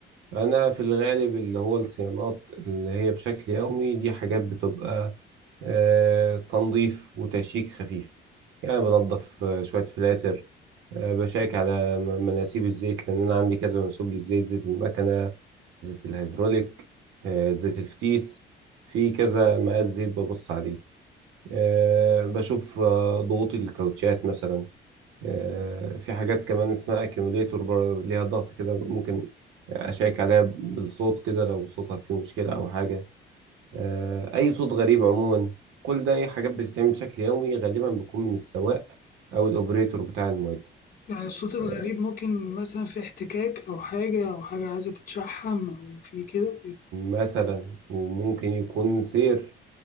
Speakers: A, on the right (about 80°); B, on the left (about 50°).
A: انا في الغالب اللي هو الصيانات اللي هي بشكل يومي دي حاجات بتبقى آه، تنظيف وتشيك خفيف يعني بنظف آه، شوية فلاتر آه، بشيك على م- مناسيب الزيت لأن أنا عندي كذا منسوب للزيت زيت المكنة زيت الهيدروليك آه، زيت الفتيس في كذا مقاس زيت ببص عليه آه، بشوف آه، ضغوط الكاوتشات مثلا آه، في حاجات كمان اسمها اكيوميليتور بر- ليها ضغط كده ممكن أشيك عليها بالصوت كده لو صوتها فيه مشكلة أو حاجة آه، أي صوت غريب عموما كل ده أي حاجات بتتعمل بشكل يومي غالبا بتكون من السواق أو الأوبريتور بتاع المعدة
B: يعني الصوت الغريب
A: آه،
B: ممكن مثلا في احتكاك أو حاجة أو حاجة عايزة تتشحم أو في كده بيبقى-
A: مثلا وممكن يكون سير